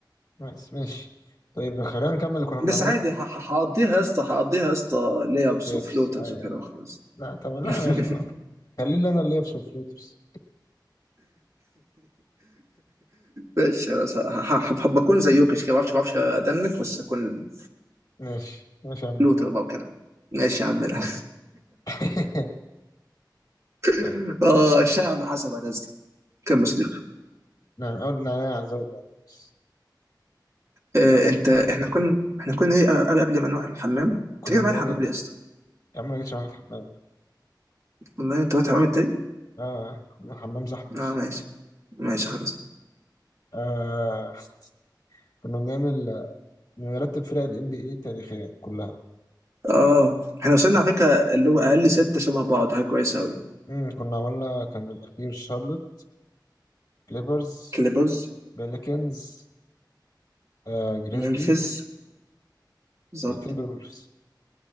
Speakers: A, on the left; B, on the right.
A: بس ماشي طيب خلينا نكمل اللي كنا بنعمله
B: بس عادي
A: قبل
B: ه- ه- هقضيها يا اسطى هقضيها يا اسطى ليابس
A: اليابس
B: وفلوترز
A: أيوه
B: وكده وخلاص
A: لا طب لا
B: <laughs>
A: يا أخي خليني أنا اللي يابس والفلوترز
B: ماشي خلاص ه- ه- هبقى اكون زي يوكش كده ما اعرفش ما اعرفش ادنك بس اكون
A: ماشي ماشي يا عم
B: فلوتر
A: بيك.
B: بقى وكده ماشي يا عم لا.
A: <laughs>
B: <laughs>
A: طيب
B: اه الشاعر ما حسب على رزقك كمل يا صديقي
A: نعم أول نعناع زود نعناع بس
B: آه،
A: يلا
B: انت احنا كنا احنا كنا ايه قبل قبل ما نروح الحمام انت
A: كنا
B: كده
A: بنعمل
B: معايا الحمام ليه يا اسطى
A: يا عم أنا جيتش معاك الحمام يعني.
B: والله انت رحت الحمام التاني
A: آه الحمام زحمة أصلا
B: اه ماشي ماشي خلاص
A: آه كنا بنعمل بنرتب فرق ال NBA تاريخيا كلها بقى.
B: اه احنا وصلنا على فكره اللي هو اقل سته شبه بعض حاجه كويسه قوي
A: مم، كنا عملنا كان الأخير شارلوت كليبرز
B: كليبرز
A: بيليكنز آه جريزليز
B: ممفيس بالظبط
A: تيمبر وولفز